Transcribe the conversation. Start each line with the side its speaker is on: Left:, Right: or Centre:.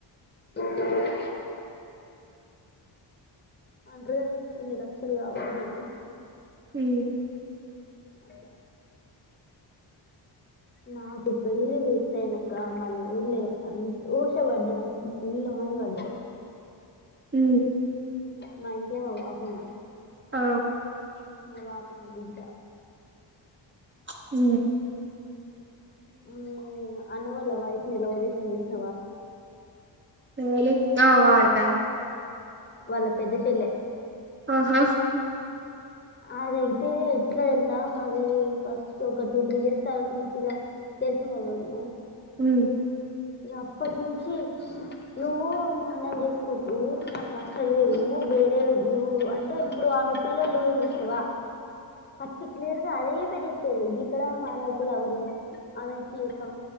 Left: అ అంట్రగా ఇన్ని లక్షలుగావండని
Right: హు
Left: అట్ల నాకు పెళ్ళి ఫిక్సైనంక మన ఊర్లే సంతోష పడ్డదంటె ఫుల్ మంది పడ్డారే
Right: అ
Left: మా ఇంట్లో మా బాపమ్మా
Right: అ
Left: మా బాపమ్మ బిడ్డ
Right: ఉ
Left: మీ అన్నవళ్ల వైఫ్ని లవ్ చేసింది చూసినవా
Right: ఎవల్ ఆ వాడ
Left: వాళ్ళ పెద్ద చెల్లె
Right: ఆహా
Left: అది అయితే ఎట్లా తెలుసా మాది ఫస్ట్ ఒక టూ త్రీ ఇయర్స్ తర్వాత నుంచి ఇగా తెల్సింది గద ఊల్లే
Right: ఉ
Left: ఇగ అప్పటి నుంచి నువ్వు మా అన్నను చేసు కుకు నాకు నచ్చలేదు వేరే ఊరు అంటే ఇప్పుడు ఆమె పిల్ల్లో లఊరు ఉందిసినవా చ్క్ లేరు అదే పెరు చెప్పేది గికడ మాఅన్నకు లవర్ ఉంది ఆమె నిచ్చి చేత్తం